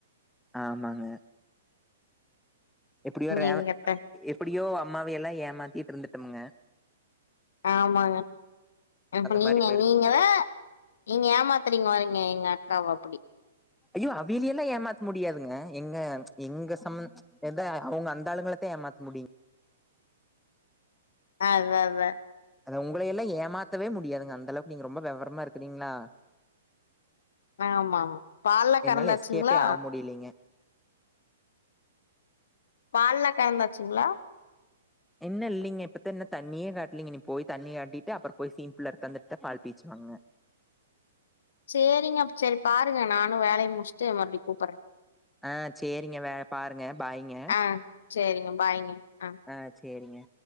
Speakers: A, in the centre; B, on the left.
A: ஆமாங்க எப்டியோ ரே
B: எங்கத்த
A: எப்டியோ அம்மாவைலா ஏமாத்திட் இருந்துட்டம்ங்க
B: ஆமாங்க அப்ப நீங்க
A: மாரி போயிருக்க
B: நீங்க
A: முடியாதுங்க
B: தா நீங்க ஏமாத்துறீங்லாங்க எங்க அக்காவ அப்டி
A: ஐயோ அவியலல்லா ஏமாத்த முடியாதுங்க எங்க எங்க சம் எத அவ்ங்க அந்த ஆளுங்களத்த ஏமாத்த முடியுங்
B: அ அத அத.
A: அது உங்களயெல்லா ஏமாத்தவே முடியாதுங்க அந்தளவுக் நீங்க ரொம்ப வெவரமா இருக்குறிங்ளா.
B: ஆமா ஆமா பால்ல
A: என்னால
B: கறந்தாச்சுங்களா
A: எஸ்கேப்பே ஆவ் முடிலீங்க.
B: பால்லா கரந்தாச்சுங்ளா?
A: இன்னு இல்லிங்க இப்பத்தா இன்னு தண்ணியே காட்லீங்க இனி போய் தண்ணி காட்டிட்டு அப்புற போய் சீம்பில் அறுத்தாந்துட்தா பால் பீச்சுவாங்க.
B: சேரிங்க அப் சேரி பாருங்க நானு வேலைய முட்ச்ட்டு மறுவுடி கூப்பர்றே.
A: ஆ சேரிங்க வே பாருங்க பாய்ங்க.
B: அ சேரிங்க பாய்ங்க. ஆ
A: அ சேரிங்க.